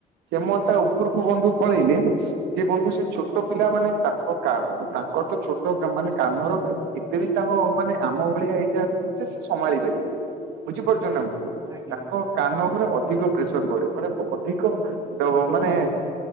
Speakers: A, on the right (about 90°); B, on the right (about 20°).
A: କ୍ଷମତା ଉପରକୁ ବନ୍ଧୁ ପଳେଇଲେ ସେ ବନ୍ଧୁ ସେ ଛୋଟ ପିଲା ମାନେ ତାଙ୍କ କା ତାଙ୍କର ତ ଛୋଟ କା ମାନେ କାନର ଏତେ ବି ତାଙ୍କ ମାନେ ଆମ ଭଳିଆ ହେଇଯାଇନି ଯେ ସେ ସମ୍ଭାଳି ପାରିବେ ବୁଝିପାରୁଛନ୍ତି ନା ବନ୍ଧୁ।
B: ଆଜ୍ଞା
A: ତାଙ୍କ
B: ଆଜ୍ଞା।
A: କାନ ଉପରେ ଅଧିକ ପ୍ରେସର ପଡେ ମାନେ ଅଧିକ ଡ
B: ପ୍ରଭାବ
A: ମାନେ
B: ପଡେ